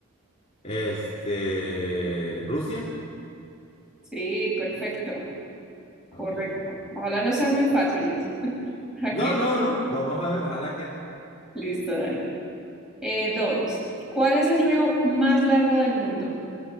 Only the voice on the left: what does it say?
Este, Rusia.
Ok.
No, no, no, vamos a ver, ojalá que no.